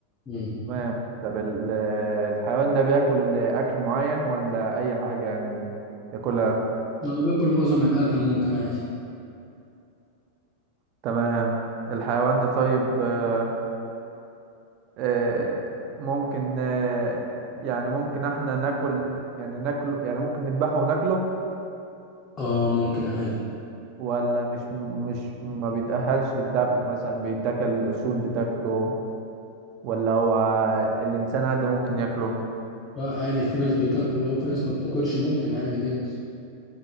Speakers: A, on the left; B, on the right.
A: مم.
B: تمام طب ال- الحيوان ده بياكل أكل معين ولا أي حاجة يعني ياكلها
A: لو باكل معظم الأكل ممكن عادي
B: تمام الحيوان ده طيب آه، آه، ممكن آه، يعني ممكن احنا ناكل يعني ناكله يعني ممكن نذبحه وناكله
A: اه ممكن عادي
B: ولا مش مش ما بيتأهلش للذبح مثلا بيتاكل الأسود بتاكله ولا هو الإنسان عادي ممكن ياكله
A: لا عادي في ناس بتاكله أو في ناس ما بتاكلش ممكن عادي جايز